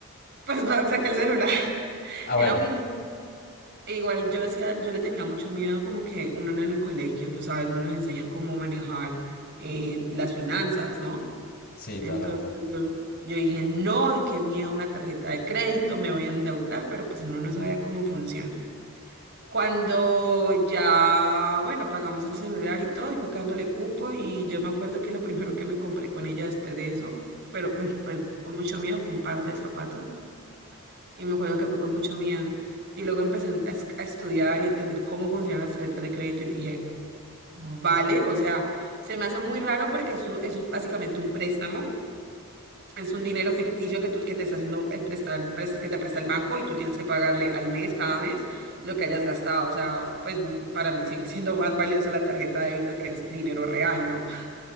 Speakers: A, on the right; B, on the left.
A: pues <laughs> saqué el celular. <laughs>
B: Ah,
A: Era
B: bueno,
A: muy E Igual yo decía, yo le tenía mucho miedo como que uno en el colegio, tú sabes, no nos enseñan cómo manejar eh, las finanzas, ¿no?
B: sí,
A: Entonces
B: toda la razón.
A: yo, yo dije, no, qué miedo una tarjeta de crédito, me voy a endeudar, pero pues uno no sabía cómo funciona. Cuando ya, bueno, pagamos el celular y todo, y fue quedándole cupo, y yo me acuerdo que lo <laughs> primero que me compré con ella después de eso, pero mm, pues con mucho miedo, fue un par de zapatos y me acuerdo que fue con mucho miedo. Y luego empecé a, es- a estudiar y a entender cómo funcionan las tarjetas de crédito y dije, vale, o sea, se me hace muy raro porque eso, eso es básicamente un préstamo. Es un dinero ficticio que tú que te está haciendo el prestar, prestas que te presta el banco y tú tienes que pagarle al mes, cada mes, lo que hayas gastado. O sea, pues para mí sigue siendo más valioso la tarjeta de débito que es dinero real, ¿no?